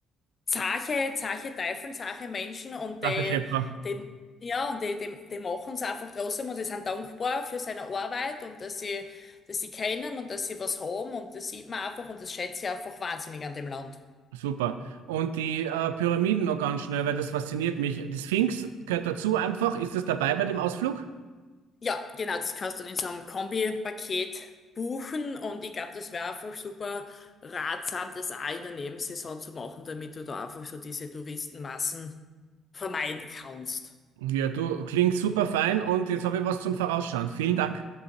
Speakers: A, on the left; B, on the right.
A: zarte, zarte Teufel, zarte Menschen und
B: Sache,
A: die,
B: Schäpfer.
A: die, ja, und die, die, die machen es einfach trotzdem und die sind dankbar für seine Arbeit und dass sie, dass sie können und dass sie was haben und das sieht man einfach und das schätze ich einfach wahnsinnig an dem Land.
B: Super. Und die äh, Pyramiden noch ganz schnell, weil das fasziniert mich. Die Sphinx gehört dazu einfach. Ist das dabei bei dem Ausflug?
A: Ja, genau, das kannst du in so einem Kombi-Paket buchen und ich glaube, das wäre einfach super ratsam, das auch in der Nebensaison zu machen, damit du da einfach so diese Touristenmassen vermeiden kannst.
B: Ja, du klingst super fein und jetzt habe ich was zum Vorausschauen. Vielen Dank.